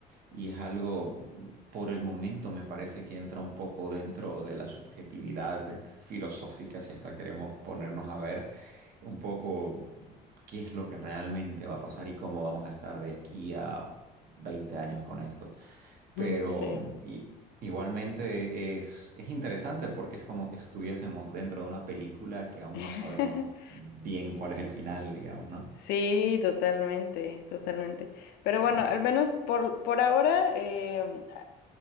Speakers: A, on the right (about 60°); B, on the left (about 85°).
A: y es algo, por el momento me parece que entra un poco dentro de la subjetividad filosófica, si hasta queremos ponernos a ver un poco qué es lo que realmente va a pasar y cómo vamos a estar de aquí a 20 años con esto.
B: mm,
A: Pero
B: sí.
A: i- igualmente es, es interesante porque es como que estuviésemos dentro de una película que aún
B: <laughs>
A: no sabemos bien cuál es el final, digamos, ¿no?
B: Sí, totalmente, totalmente. Pero bueno,
A: Así-
B: al menos por, por ahora em, a-